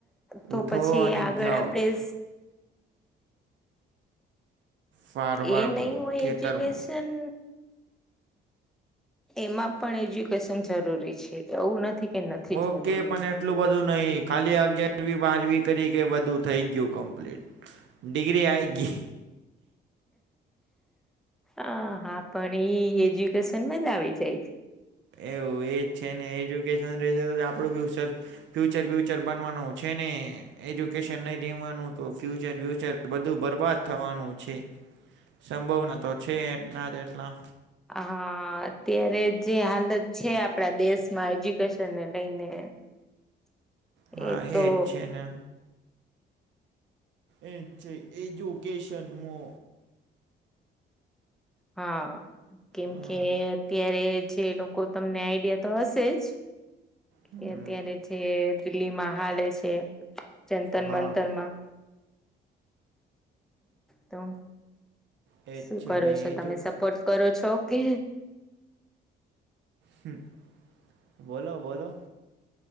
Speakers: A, in the centre; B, on the right.
A: તો
B: ઉઠો
A: પછી
B: અને
A: આગળ
B: જાઓ
A: આપણે
B: ફાર્મરમાં
A: એ નહી હોય
B: ખેતરમાં
A: એજ્યુકેશન એમાં પણ એજ્યુકેશન જરૂરી છે એવું નથી. કે નથી
B: ઓકે
A: જરૂરી
B: પંદટ એટલું બધું નહીિ ખાલી અગિયાર બારમી કરી કે બધું થઈ ગયું કમ્પ્લીટ ડિગ્રી આ એક ગ
A: અ હા પણ ઈ એજ્યુકેશન મ જ આવી જાય
B: એવું એજ છે ને એજ્યુકેશન રહેશે તો આપણું બી સરર ફ્યુચર બ્યુચર બનવાનું છે ને એજ્યુકેશન નહી જમવાનું તો ફ્યુચર બ્યુચર બધું બરબાદ થવાનું છે સંભવના તો છે એટલા એટલા
A: હા અત્યારે જે હાલત છે આપડા દેશમાં હજ શનને લઈને
B: હા
A: એતો
B: એજ છે ને એ છે એજુકેશન મો
A: હા કેમ
B: અ
A: કે અત્યારે જે લોકો તમને આઈડિયા તો હશે જ
B: હમ,
A: કે અત્યારે જે દિલ્હીમાં હાલે છે ચંતન
B: હા
A: મંતરમાં તો
B: એજ
A: શું
B: છે
A: કરો
B: ને
A: છો
B: એજુ
A: તમે સપોર્ટ કરો છોકે
B: હ બોલો બોલો